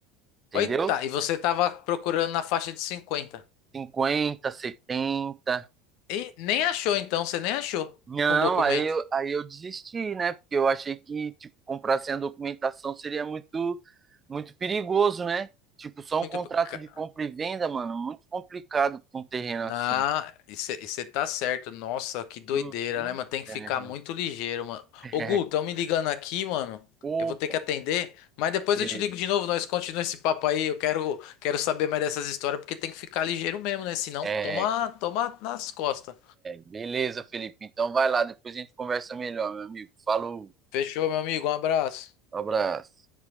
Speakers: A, on the right; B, on the left.
A: entendeu?
B: Oita, e você tava procurando na faixa de cinquenta
A: cinquenta setenta
B: E nem achou, então, você nem achou
A: Não,
B: com documento.
A: aí eu, aí eu desisti, né? Porque eu achei que, tipo, comprar sem a documentação seria muito, muito perigoso, né? Tipo, só
B: Muito.
A: um contrato
B: Ca-
A: de compra e venda, mano, muito complicado com um terreno
B: Na,
A: assim.
B: e você tá certo. Nossa, que doideira,
A: Uhum.
B: né, mano? Tem que
A: É.
B: ficar muito ligeiro, mano.
A: <laughs>
B: Ô, Gu, estão me ligando aqui, mano.
A: Opa,
B: Eu vou ter que atender, mas depois
A: beleza.
B: eu te ligo de novo, nós continuamos esse papo aí. Eu quero, quero saber mais dessas histórias, porque tem que ficar ligeiro mesmo, né? Senão,
A: É,
B: toma, toma nas costas.
A: beleza, Felipe. Então vai lá, depois a gente conversa melhor, meu amigo. Falou,
B: Fechou, meu amigo. Um abraço.
A: abraço.